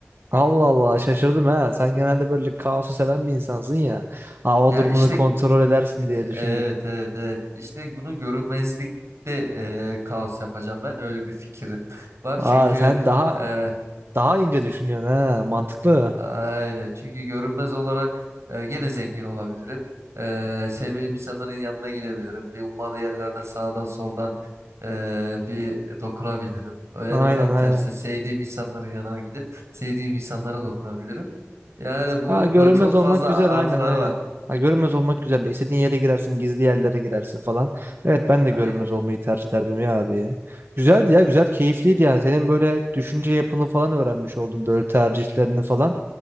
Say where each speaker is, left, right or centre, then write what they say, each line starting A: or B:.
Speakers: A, on the right; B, on the right.
A: Allah Allah şaşırdım ha. Sen genelde böyle kaosu seven bir insansın ya. Hava
B: Ya
A: durumunu
B: işte
A: kontrol edersin
B: e,
A: diye
B: evet
A: düşündüm.
B: evet evet işte bunu görünmezlikte e, kaos yapacağım ben öyle bir fikrim <laughs> var
A: Aa
B: çünkü
A: sen daha
B: e,
A: daha ince düşünüyorsun ha. Mantıklı.
B: Aynen. Çünkü görünmez olarak e, gene zengin olabilirim. E, sevmediğim insanların yanına gidebilirim. Bir ummadığı yerlerden sağdan soldan e, bir dokunabilirim. Ya
A: Aynen
B: da tam
A: aynen.
B: tersi sevdiğim insanların yanına gidip sevdiğim insanlara dokunabilirim. Yani bunun
A: Ha görünmez
B: e, çok
A: olmak
B: fazla
A: güzel
B: artıları
A: aynen aynen.
B: var.
A: Ha görünmez olmak
B: E,
A: güzel. İstediğin yere girersin, gizli yerlere girersin falan. Evet ben de
B: Aynen.
A: görünmez olmayı tercih ederdim ya abi. Güzeldi ya, güzel, keyifliydi yani. Senin böyle düşünce yapını falan öğrenmiş oldum, böyle tercihlerini falan.